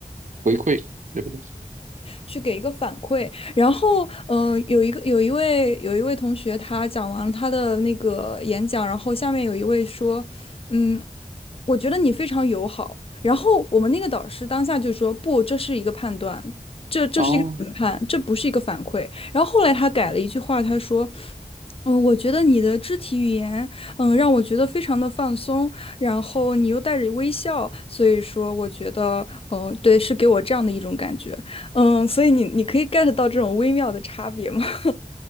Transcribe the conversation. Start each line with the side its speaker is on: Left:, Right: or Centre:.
Right: 回馈，对不对？
Left: 去给一个反馈。然后，嗯、呃有一个有一位有一位同学，他讲完了他的那个演讲，然后下面有一位说，嗯，我觉得你非常友好。然后我们那个导师当下就说：“不，这是一个判断，这这是一个评判，
Right: 哦，
Left: 这不是一个反馈。”然后后来他改了一句话，他说：“嗯，我觉得你的肢体语言，嗯，让我觉得非常的放松，然后你又带着微笑，所以说我觉得，嗯，对，是给我这样的一种感觉，嗯，所以你你可以 get 到这种微妙的差别吗？” <laughs>